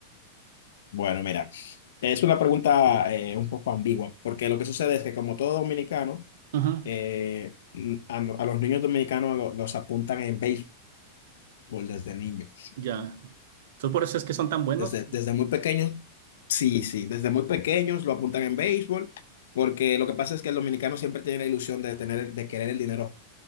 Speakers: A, on the left; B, on the right.
A: Bueno, mira, es una pregunta eh, un poco ambigua, porque lo que sucede es que como todo dominicano,
B: Ajá,
A: eh, a, no, a los niños dominicanos lo- los apuntan en béisbol desde niños.
B: ya. Entonces por eso es que son tan buenos.
A: Desde, desde muy pequeños, sí, sí, desde muy pequeños lo apuntan en béisbol, porque lo que pasa es que el dominicano siempre tiene la ilusión de tener, de querer el dinero